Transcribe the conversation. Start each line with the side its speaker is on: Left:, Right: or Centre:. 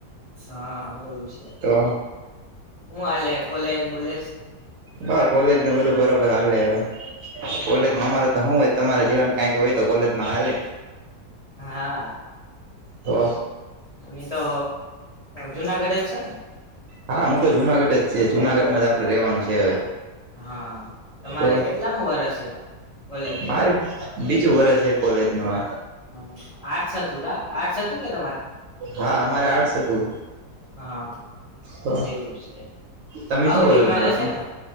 Left: હા એવું છે,
Right: તો
Left: હું હાલે કોલેજ બોલેજ.
Right: હા કોલેજ ને બધું બરોબર હાલે હવે, કોલેજ
Left: હા
Right: અમારે તો હોય. તમારા જીવન કાઈક હોય તો કોલેજમાં હાલે.
Left: હા.
Right: હો.
Left: અમે તો જુનાગઢ જ છો ને?
Right: હા હું તો જુનાગઢ જ છે જુનાગઢમાં જ આપડણે રેવાનું છે.
Left: હા તમારે
Right: તો
Left: કેટલામ વરસ છે? કોલેજ ન
Right: મારે બીજું વર્ષ એ કોલેજ નું.
Left: હ આર્ષ હતું કા આર્ષ હતું કે તમારું?
Right: હા અમારે આર્ટસ હતું.
Left: હા
Right: હ
Left: એવું છે
Right: તમે
Left: બાઉદીન
Right: શું કરો છો
Left: માં
Right: ના
Left: જશે
Right: રત્ન?
Left: ને